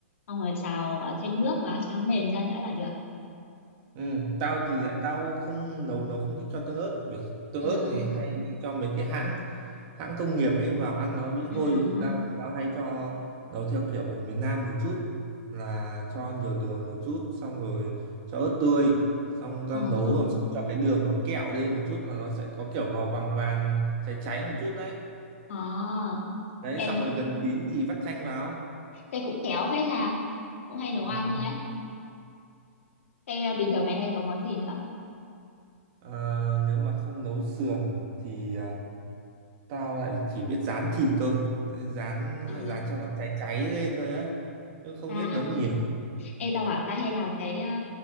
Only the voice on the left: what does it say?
xong rồi xào ờ, thêm nước vào cho nó mềm ra nữa là được
à
à
à.
ờ
ê
thế cũng khéo phết ha cũng hay nấu
ăn đấy thế ờ, bình thường mày hay nấu món gì nữa
à
à
ê tao bảo tao hay làm cái ờ,